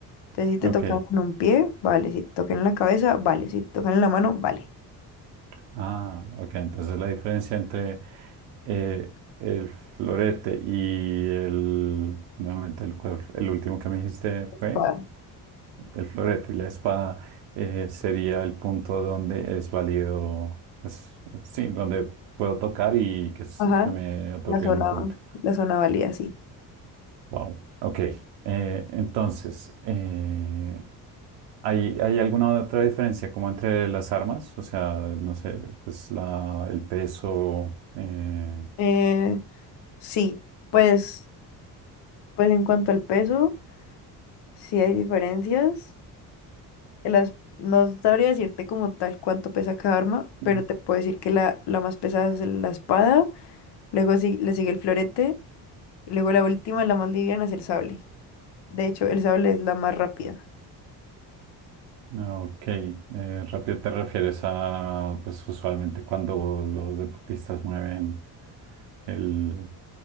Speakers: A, on the left; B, on the right.
A: Entonces, si te
B: Ok,
A: toca en un pie, vale. Si te toca en la cabeza, vale. Si te toca en la mano, vale.
B: Ah, ok. Entonces la diferencia entre eh, el florete y el, nuevamente el, cual- el último que me dijiste
A: Espada.
B: fue el florete y la espada eh, sería el punto donde es válido, pues sí, donde puedo tocar y que, s-
A: Ajá.
B: que me otorguen
A: La zona,
B: un punto.
A: la zona válida, sí.
B: Wow. Ok. eh, entonces, eh, ¿hay, hay alguna otra diferencia como entre las armas? O sea, no sé, pues la, el peso. eh,
A: Eh, sí, pues, pues en cuanto al peso, sí hay diferencias. Las, no sabría decirte como tal cuánto pesa cada arma,
B: Ujú.
A: pero te puedo decir que la, la más pesada es la espada, luego si- le sigue el florete, y luego la última, la más liviana, es el sable. De hecho, el sable es la más rápida.
B: Ah, Ok, eh, rápido te refieres a, pues usualmente cuando los deportistas mueven el,